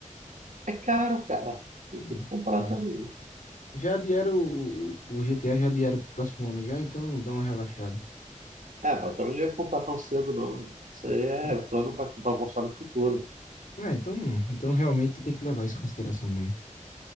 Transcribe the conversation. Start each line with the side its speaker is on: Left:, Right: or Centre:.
Right: É caro, cara. Você
Left: Hum,
Right: tem que comprar
Left: é.
Right: também.
Left: Já adiaram o, o GTA, já adiaram pro próximo ano já, então dá uma relaxada.
Right: É, mas eu também não ia comprar tão cedo, não. Isso aí é
Left: <laughs>
Right: plano para comprar um console no futuro.
Left: Ah, então, então realmente tem que levar isso em consideração mesmo.